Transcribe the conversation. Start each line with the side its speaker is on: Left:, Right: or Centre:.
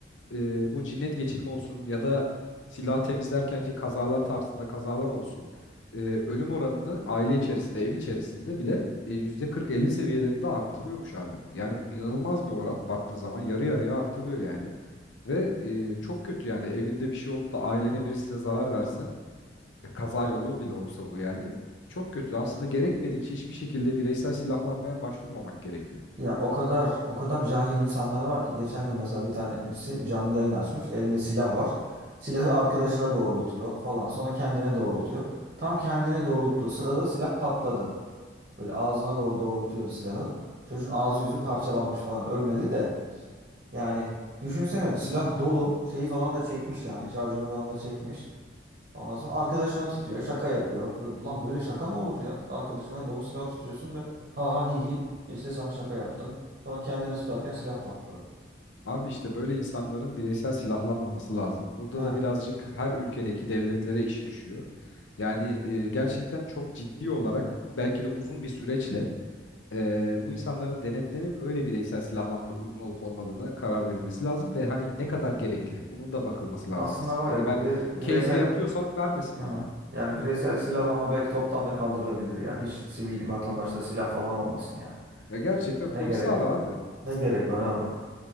Left: e, bu cinnet geçirme olsun ya da silah temizlerken ki kazalar tarzında kazalar olsun e, ölüm oranını aile içerisinde, ev içerisinde bile e, %40-50 seviyelerinde arttırıyormuş abi. Yani inanılmaz bir oran baktığın zaman yarı yarıya arttırıyor yani. Ve e, çok kötü yani evinde bir şey olup da ailene birisine zarar versen e, kaza yolu bile olsa bu yani çok kötü. Aslında gerekmedikçe hiçbir şekilde bireysel silahlanmaya başvurmamak gerekiyor.
Right: Ya o kadar o kadar cahil insanlar var ki geçen gün mesela bir tanesi canlı yayın açmış. Elinde silah var. Silahı arkadaşına doğrultuyor falan. Sonra kendine doğrultuyor. Tam kendine doğrulttuğu sırada silah patladı. Böyle ağzına doğru doğrultuyordu silahı. Çocuğun ağzı yüzü parçalanmış falan. Ölmedi de. Yani düşünsene silah dolu. Şeyi falan da çekmiş yani. Şarjörü falan da çekmiş. Ondan sonra arkadaşına tutuyor, şaka yapıyor. Bö- Lan böyle şaka mı olur ya? Arkadaşına dolu silah tutuyorsun ve ha ha hi hi işte sana şaka yaptım. Sonra kendine tutarken silah patladı.
Left: Abi işte böyle insanların bireysel silahlanmaması lazım. Burada
Right: Ha.
Left: da birazcık her ülkedeki devletlere iş düşüyor. Yani e, gerçekten çok ciddi olarak belki de uzun bir süreçle Eee, bu insanların denetlenip öyle bireysel silahlanma uygun olup olmadığını karar verilmesi lazım ve hani ne kadar gerekli bunun da bakılması lazım
Right: Aslında
Left: aslında.
Right: var
Left: Hani
Right: ya bu
Left: ben
Right: bire-
Left: keyfe
Right: bireysel
Left: yapıyorsam vermesinler
Right: Aha.
Left: abi.
Right: yani bireysel silahlama belki toptan da kaldırılabilir ya. Hiç sivil vatandaşta silah falan olmasın ya.
Left: Ya gerçekten
Right: Evet. Ne
Left: polisi
Right: gerek
Left: ara abi.
Right: ne gerek var abi?